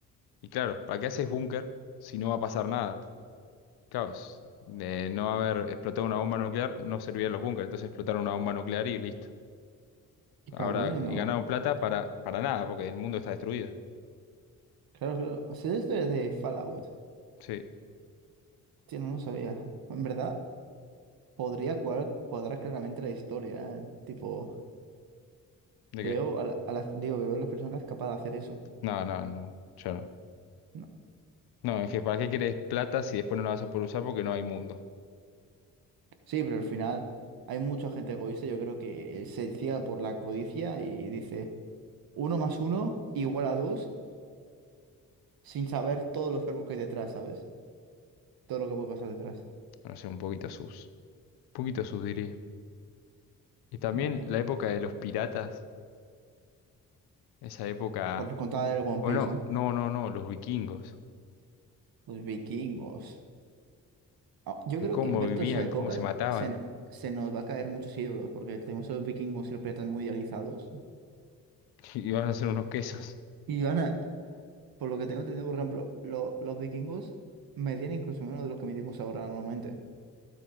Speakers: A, on the left; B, on the right.
A: Y claro, ¿para qué haces búnker si no va a pasar nada? Claro, s- de no haber explotado una bomba nuclear no servían los búnkeres, entonces explotaron una bomba nuclear y listo.
B: Qué
A: Ahora,
B: cabrones,
A: y
B: ¿no?
A: ganaron plata para, para nada, porque el mundo está destruido.
B: Claro, claro. O sea, la historia de Fallout.
A: Sí,
B: Tío, no lo sabía. En verdad, podría cuadrar, cuadrar claramente la historia. ¿eh? Tipo...
A: ¿de
B: Veo
A: qué?
B: a, la- a las, digo que veo a las personas capaces de hacer eso.
A: No, no, no, yo no.
B: ¿no?
A: No, es que ¿para qué querés plata si después no la vas a poder usar porque no hay mundo?
B: Sí, pero al final hay mucha gente egoísta, yo creo que se ciega por la codicia y dice uno más uno igual a dos, sin saber todos los cálculos que hay detrás, ¿sabes? Todo lo que puede pasar detrás.
A: No sé, un poquito sus. Un poquito sus diría. Y también
B: Madre.
A: la época de los piratas, esa época...
B: Para contar el One
A: Bueno,
B: Piece, ¿no?
A: no, no, no, los vikingos.
B: Los vikingos. Ah, yo
A: de
B: creo
A: cómo
B: que ver
A: vivían,
B: todas esas épocas
A: cómo se mataban,
B: se, n- se nos va a caer muchos ídolos, porque tenemos a los vikingos y los piratas muy idealizados.
A: <laughs> y van a hacer unos quesos.
B: Y van a, Por lo que tengo entendido, por ejemplo, lo- los vikingos medían incluso menos de lo que medimos ahora normalmente.